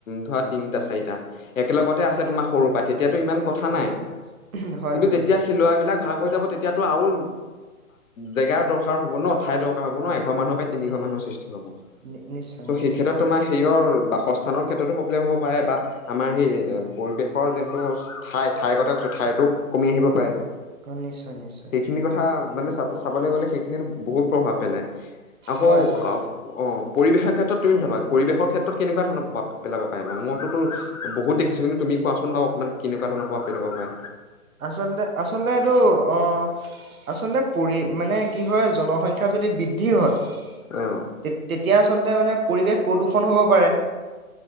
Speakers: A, on the left; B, on the right.
A: ধৰা তিনিটা চাৰিটা। একেলগতে আছে
B: উম
A: তোমাৰ সৰুৰ পৰা তেতিয়াতো ইমান কথা নাই
B: হয় হয়
A: কিন্তু
B: হয়
A: যেতিয়া
B: হয়
A: সেই লৰা বিলাক ভাগ। য তেতিয়াতো আৰু জেগা অভাৱ হ'ব ন ঠাইতক হব ন এঘৰ মানুহৰ
B: হয়
A: পৰা তিনি
B: হয়
A: ঘৰ ৰ মানুহৰ সৃষ্টি হ'ব
B: নি নিশ্চয়
A: চ'
B: নিশ্চয়
A: সেই ক্ষেত্ৰত তোমাৰ সেইয় বাসস্থানৰ ক্ষেত্ৰতো প্ৰব্লেম হ'ব পাৰে বা। আমাৰ সেই
B: হয়
A: পৰিৱেশৰ যেন। টো ঠাই ঠাইৰ কথা কৈছো ঠাইতো কমি আহিব পাৰে।
B: নিশ্চয় নিশ্চয়।
A: সেইখিনি কথা মানে চাব চাবলৈ গ'লে শ সেইখিনিতো বহুত প্ৰভাৱ পেলাই। আকৌ
B: হয় হয়
A: আউ অ পৰিৱেশৰ ক্ষেত্ৰত তুমি ভাবা পৰিৱেশ ক্ষেত্ৰত কেনেকুৱা ধৰণৰ প্ৰভাৱ পেলাব পাৰিব মইতো বহুত দেখিছো কিন্তু তুমি কোৱাচোন বাৰ অকণমান কেনেকুৱা ধৰণ প্ৰভাৱ পেলাব পাৰা?
B: আচলতে-আচলতে এইটো অহ। আচলতে পৰি মানে কি হয় জনসংখ্যা যদি বৃদ্ধি হয়
A: অ'
B: তে-তে এতিয়া আচলতে মানে পৰিৱেশ প্ৰদূষণ হ'ব পাৰে।